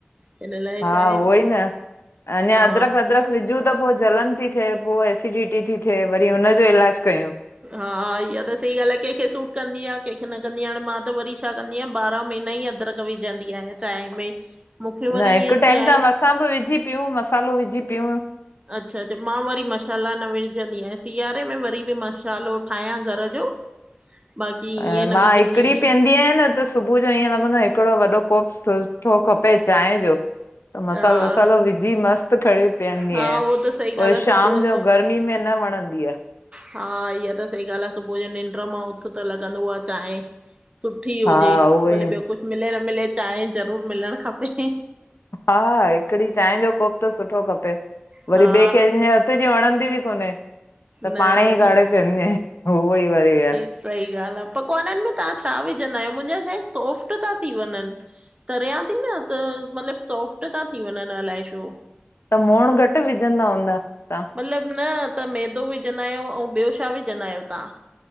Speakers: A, on the right; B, on the left.
A: हिन लाइ
B: हा
A: छा आहे
B: उहो ई न अंञा
A: हा
B: अदरक वदरक विझूं त पो जलन ती थी थिए, पो एसिडिटी ति थिए, वरी हुनजो इलाज कयूं।
A: हा इहा त सही ॻाल्हि आहे कंहिंखे सूट कंदी आ, कंहिंखे न कंदी आ, हाणे मां त वरी छा कंदी आहियां ॿारहां महीना ई अंदरक विझंदी आहियां चांय में, मूंखे वरी
B: न हिकु
A: ईअ
B: टाइम
A: चांय
B: त असां ॿ विझी पिउ, मसालो विझी पिउं।
A: अच्छा अच्छा, मां वरी मसाला न विझ विझंदी आंयां, सिआारे में वरी बि मसालो ठाहियां घर जो। बाक़ी
B: ऐं
A: ईअं न
B: मां
A: विझंदी
B: हिकिड़ी
A: आहियां।
B: पीअंदी आयां न त सुबुह जो इअं लॻंदो आ, हिकिड़ो वॾो कोप सुठो खपे चांय जो। त मसालो
A: हा,
B: वसालो विझी मस्तु पीअंदी
A: हा
B: आहियां,
A: उहो त सही
B: पो
A: ॻाल्हि
B: वरी
A: आ
B: शाम
A: सुबुह
B: जो गर्मी में न वणंदी आ।
A: हा इहा त सही ॻाल्हि आ, सुबुह जो निंड्र् मां उथ त लॻंदो आ चांय सुठी हुजे,
B: हा उहो
A: भले
B: ई
A: ॿियो कुछ मिले न मिले, चांय ज़रूरु मिलणु खपे।
B: हा हिकिड़ी चांय जो कोप त सुठो खपे वरी
A: हा
B: ॿिए कंहिंज हथ जी वणंदी बि कोन्हे त
A: न
B: पाणे
A: न
B: ई काढे पिअंदी आं, त उअ ई वरी आए।
A: सही ॻाल्हि आहे, पकवाननि में तहां छा विझंदा आयो? मुंहिंजा छाए सॉफ्ट ता थी वञनि। तरिियां ती न त मतलबु सोफ्ट ता थी वंञनि अलाए छो?
B: त मोअंण घटि विझंदा हूंदा। तव्हां?
A: मतिलबु न, त मैदो विझंदा आयो ऐं ॿियो छा विझंदा आयो तां?